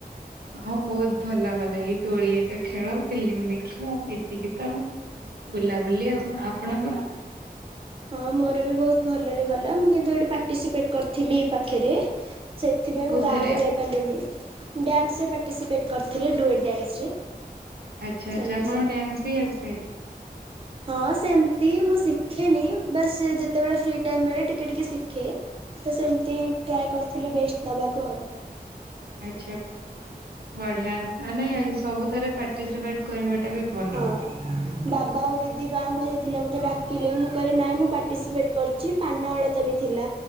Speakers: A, on the right; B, on the right.
A: ହଁ ବହୁତ୍ ଭଲଗଲା ଏଇ ଦୋଳିଏକା ଖେଳ ଫିଲ୍ମ ଦେଖିବା ଏତିକିତ। ବୁଲାବୁଲି ଆଉ ଆପଣଙ୍କର?
B: ହଁ ମୋରବି ବହୁତ୍ ଭଲରେ ଗଲା ମୁଁ କି ନ୍ତୁ ପାର୍ଟିସିପେଟ କରିଥିଲି ପାଖରେ ସେଥିପାଇଁ
A: କୋଉଥିରେ
B: ମୁଁ ଗାଁକୁ ଯାଇ ପାରିଲିନି ଡ୍ୟାନ୍ସରେ ପାର୍ଟିସିପେଟ୍ କରିଥିଲି ଡୁଏଟ୍ ଡ୍ୟାନ୍ସରେ।
A: ଆଚ୍ଛା
B: ସାଙ୍ଗ
A: ଆଚ୍ଛା ଆପଣଙ୍କୁ
B: ସହ।
A: ଡ୍ୟାନ୍ସବି ଆସେ?
B: ହଁ ସେମତି ମୁଁ ଶିଖେନି ବାସ୍ ଯେତେବେଳେ ଫ୍ରି ଟାଇମ୍ ମିଳେ ଟିକେ ଟିକେ ଶିଖେ ତସେମିତି ଟ୍ରାଏ କରିଥିଲି ବେଷ୍ଟ ଦବାକୁ ଆଉ।
A: ଆଚ୍ଛା ବଢ଼ିଆ ଆ ନାଇଁ ସବୁଥରେ ପାଟି ପାର୍ଟିସିପେଟ୍ କରିବାଟାବି ଭଲ।
B: ହଁ ବାବା ଆଉ ଦିଦି ଗାଁକୁ ଯାଇଥିଲେ ମୋତେ ଡାକିଲେ ମୁଁ କହିଲି ନାଇଁ ମୁଁ ପାର୍ଟିସିପେଟ କରିଚି ପାନ ଅଳତାବି ଥିଲା।